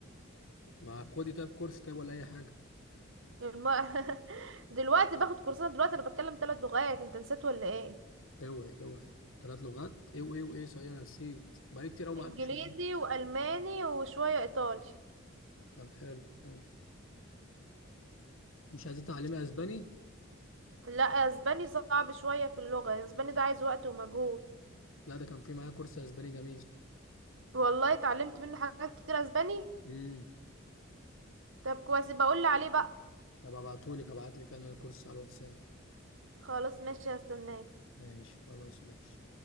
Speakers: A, on the left; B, on the right.
A: ما خدي طيب كورس طيب ولا اي حاجه
B: الم... <laughs> دلوقتي باخد كورسات دلوقتي انا بتكلم ثلاث لغات انت نسيت ولا ايه
A: اوعي اوعي ثلاث لغات اوعي اوعي صحيح انا نسيت بقالي كتير قوي ما
B: انجليزي
A: قعدتش معاك
B: والماني وشوية ايطالي
A: طب حلو حلو مش عايزين تعلمي اسباني
B: لا اسباني صعب شوية في اللغة اسباني ده عايز وقت ومجهود
A: لا ده كان في معايا كورس اسباني جميل
B: والله اتعلمت منه حاجات كتير اسباني
A: امم
B: طب كويس بقول لي عليه بقى
A: طب ابعتهولك ابعتلك انا الكورس على الواتساب
B: خلاص ماشي هستناك
A: ماشي خلاص ماشي